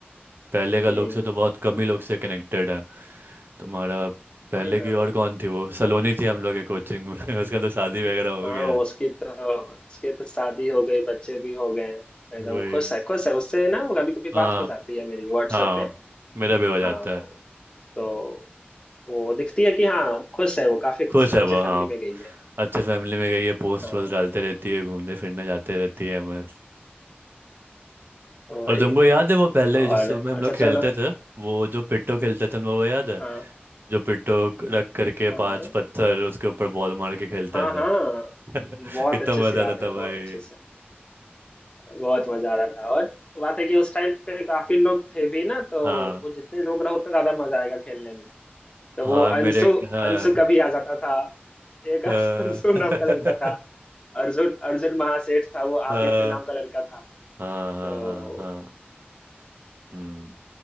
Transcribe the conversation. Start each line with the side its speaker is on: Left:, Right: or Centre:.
Right: पहले का
Left: हम्म
Right: लोग से तो बहुत कम ही लोग से कनेक्टेड है तुम्हारा पहले
Left: वही ना
Right: की और कौन थी वो सलोनी थी हम लोग के कोचिंग में <laughs> उसका तो शादी वगैरह हो
Left: हाँ
Right: गया
Left: उसकी
Right: है
Left: तो उसकी तो शादी हो गई बच्चे भी हो गए हैं एकदम
Right: वही
Left: खुश है खुश है उससे ना कभी कभी
Right: हाँ
Left: बात हो जाती है मेरी व्हाट्सएप
Right: हाँ
Left: पे
Right: मेरा भी हो जाता
Left: हाँ
Right: है
Left: तो वो दिखती है कि हाँ खुश है वो काफी खुश
Right: खुश
Left: है
Right: है
Left: अच्छे
Right: वो
Left: फैमिली
Right: हाँ
Left: में गई है
Right: अच्छे फैमिली में गई है पोस्ट
Left: हाँ
Right: वोस्ट डालते रहती है घूमने फिरने जाते रहती है बस
Left: वही
Right: और तुमको याद है वो पहले
Left: और
Right: जिस समय हम
Left: अच्छा
Right: लोग
Left: चलो
Right: खेलते थे वो जो पिट्टो खेलते थे हम लोग को याद है
Left: हाँ
Right: जो पिट्ठो रख करके
Left: हाँ
Right: पांच पत्थर उसके ऊपर बॉल मार के खेलता
Left: हाँ
Right: था
Left: हाँ
Right: <laughs> कितना
Left: बहुत अच्छे से
Right: मजा
Left: याद
Right: आता
Left: है
Right: था भाई
Left: बहुत अच्छे से बहुत मजा आ रहा था और बात है कि उस टाइम पे काफी लोग थे भी ना तो
Right: हाँ
Left: वो जितने लोग रहो उतना ज्यादा मजा आएगा खेलने में तो
Right: हाँ
Left: वो
Right: मेरे
Left: अंशु
Right: हाँ
Left: अंशु का भी आ जाता था एक <laughs>
Right: हाँ
Left: अंशु नाम का लड़का था अर्जुन अर्जुन महासेठ था वो
Right: <laughs> हाँ
Left: आदित्य नाम का लड़का था
Right: हाँ
Left: तो
Right: हाँ हाँ, हम्म